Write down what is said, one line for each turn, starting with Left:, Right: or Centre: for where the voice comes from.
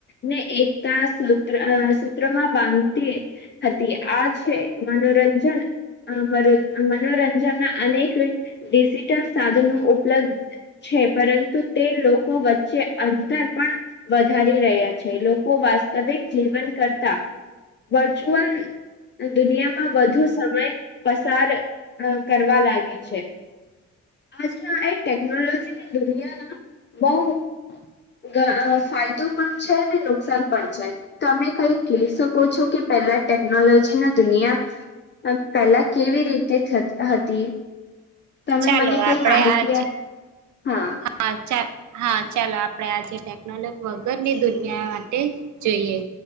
Left: ને એકતા સૂત્ર સૂત્રમાં બાંધતી હતી આ છે મનોરંજન અ મરો મનોરંજનના અનેક ડિજિટલ સાધનો ઉપલબ્ધ છે પરંતુ તે લોકો વચ્ચે અંતર પણ વધારી રહ્યા છે લોકો વાસ્તવિક જીવન કરતા વર્ચ્યુઅલ દુનિયામાં વધુ સમય પસાર અ કરવા લાગે છે. આજના એ ટેકનોલોજીની દુનિયાના બહુ ગહ ફાયદો પણ છે ને નુકસાન પણ છે. તમે કઈ કેય શકો છો કે પેલા ટેકનોલોજી ના દુનિયા પહેલા કેવી રીતે હતી. તમે
Right: ચાલો
Left: મને કઈ
Right: આપણેે
Left: માહિતી
Right: આજ
Left: આપ હા.
Right: હા ચા હા ચાલો આપણે આજે ટેકનોલો વગરની દુનિયા માટે જોઈએ